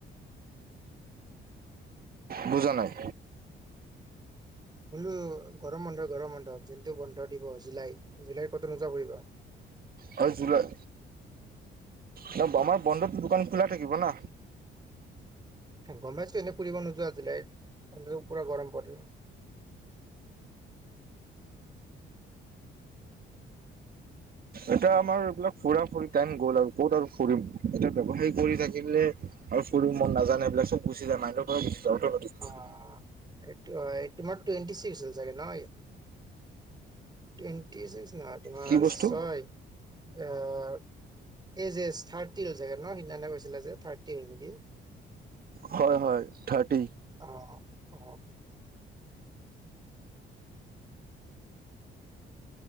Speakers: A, on the right; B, on the right.
A: বুজানাই?
B: বোলো গৰম বন্ধ গৰম বন্ধ যোনটো বন্ধ দিব জুলাই জুলাইৰ ক'তো নোযোৱা পৰিুবা।
A: হয় জুলাই ন আমাৰ বন্ধত দোকান খোলা থাকিব না।
B: গমাইতো এনেই ফুৰিব নোযোৱাছিলে এনে পুৰা গৰম পল।
A: এটা আমাৰ এইবিলাক ফুৰা ফুৰি টাইম গ'ল আৰু ক'ত আৰু ফুৰিম। এতিয়া ব্যয়ৱসায় কৰি থাকিলে আৰু কৰি মন নাজান এইবিলাক চব গুচি যায় মাইৰ কৰা অৰ্থ।
B: অ'। এই তমাৰ টুৱেণ্টি চিক্স হৈছে কি ন। টুৱেণ্টি ছিক্স ন তোমাৰ
A: কি বস্তু
B: ছয় অ', এজ এছ থাৰ্টি চাগে ন সিদিনা। থাৰটি নেকি
A: হয় হয় থাৰ্টি
B: অ'। অ উ